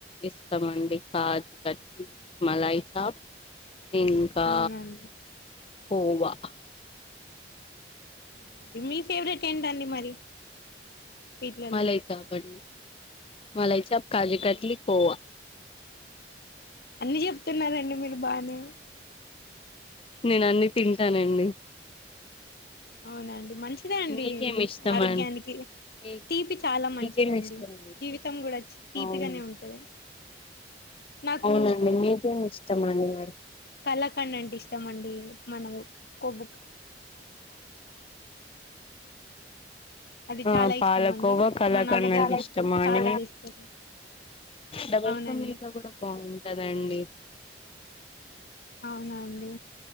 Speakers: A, on the left; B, on the left.
A: ఇస్టమండి కాజు కచ్చి మలాయి చాప ఇంకా
B: అవునండి
A: కోవా
B: అవునండి మీ ఫేవరెట్ ఏంటండి మరి స్వీట్లలో
A: మలా ఇ చ మలా కాజికట్లీ
B: అవునా అండి
A: కోవా
B: అన్ని చెప్తున్నారండి మీరు బానే
A: నేను అన్ని తింటానండి
B: అవునండి మంచిదా అండి
A: మీకేమి ఇష్టమండి
B: ఆరోగ్యానికి
A: మీ
B: తీపి చాలా మంచిదండి
A: మీకేమి ఇష్టం
B: జీవితం కూడా తీపిగానే
A: అవునా
B: ఉంటది నాకు
A: అవునండి మీకేమి ఇష్టం అనివరి
B: కళాకండ్ అంటే ఇష్టం అండి మనం కోబ అది
A: ఆ
B: చాలా
A: పాలకోవా
B: ఇష్టం అండి
A: కళాక
B: మా నాన్నగారు
A: అంటే
B: మస్త్
A: ఇష్టమా
B: చాలా
A: అని
B: తెస్తారు
A: డాబాలుకా
B: అవునండి
A: మీటా బాగు అదండి
B: అవునా అండి